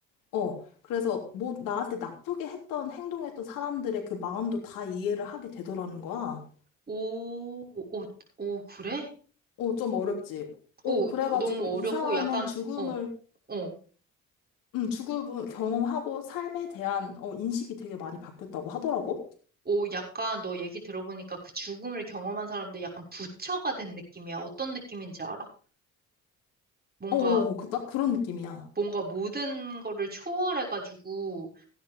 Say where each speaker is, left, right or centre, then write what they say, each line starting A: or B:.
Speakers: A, on the left; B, on the right.
A: 어, 그래서 뭐 나한테 나쁘게 했던, 행동했던 사람들의 그 마음도 다 이해를 하게 되더라는 거야.
B: 오, 오, 오, 그래?
A: 어, 좀 어렵지. 어,
B: 오,
A: 그래가지고
B: 너- 너무
A: 이
B: 어렵고
A: 사람은
B: 약간,
A: 죽음을,
B: 어, 어.
A: 음, 죽음을 경험하고 삶에 대한, 어, 인식이 되게 많이 바뀌었다고 하더라고.
B: 오, 약간 너 얘기 들어보니까 그 죽음을 경험한 사람들 약간 부처가 된 느낌이야. 어떤 느낌인지 알아? 뭔가
A: 어, 어, 어, 그, 딱 그런 느낌이야.
B: 뭔가 모든 거를 초월해가지고